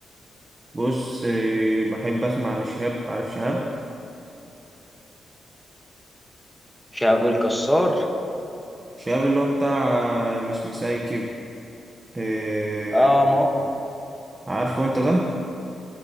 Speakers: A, on the right; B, in the centre.
A: بص آه، بحب اسمع لشهاب عارف شهاب؟
B: شهاب الكسار
A: شاب اللي هو بتاع مش مسايكب آه،
B: اه ما هو-
A: عارفه انت ده